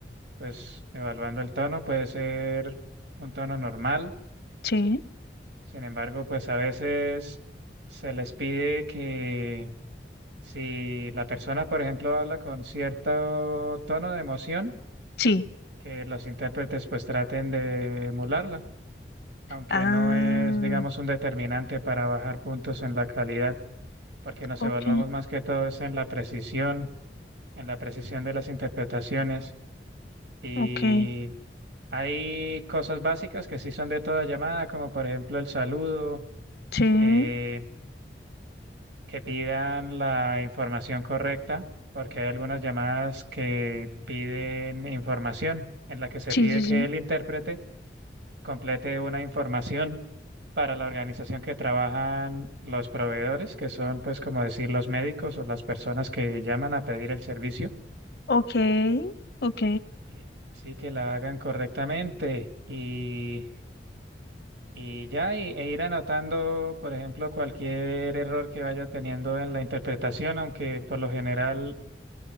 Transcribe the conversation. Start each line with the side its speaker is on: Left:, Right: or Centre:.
Right: pues evaluando el tono, puede ser un tono normal,
Left: Sí,
Right: sin embargo pues a veces se les pide que si la persona por ejemplo habla con cierto tono de emoción,
Left: sí.
Right: que los intérpretes pues traten de emularla, aunque
Left: Ah,
Right: no es digamos un determinante para bajar puntos en la calidad. porque nos
Left: ok,
Right: evaluamos más que todo es en la precisión, en la precisión de las interpretaciones y
Left: ok.
Right: hay cosas básicas que sí son de toda llamada, como por ejemplo el saludo,
Left: Sí,
Right: eh, que pidan la información correcta, porque hay algunas llamadas que piden información en la que se
Left: sí,
Right: pide
Left: sí,
Right: que
Left: sí.
Right: el intérprete complete una información para la organización que trabajan los proveedores, que son pues como decir los médicos o las personas que llaman a pedir el servicio.
Left: Ok, ok,
Right: Y- Sí, que la hagan correctamente y, y ya, y- e ir anotando, por ejemplo, cualquier error que vaya teniendo en la interpretación, aunque por lo general